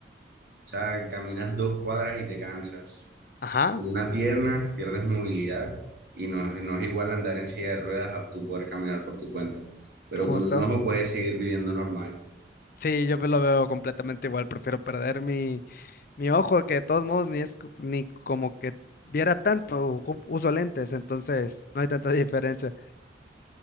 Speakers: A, on the right (about 55°); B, on the left (about 50°).
A: sea, caminas dos cuadras y te cansas.
B: Ajá.
A: Con una pierna pierdes movilidad y no, es- no es igual andar en silla de ruedas a tú poder caminar por tu cuenta. Pero
B: Justo.
A: con un ojo puedes seguir viviendo normal.
B: Sí, yo lo veo completamente igual. Prefiero perder mi, mi ojo, que de todos modos ni es co- ni como que viera tanto. u- Uso lentes, entonces no hay tanta diferencia.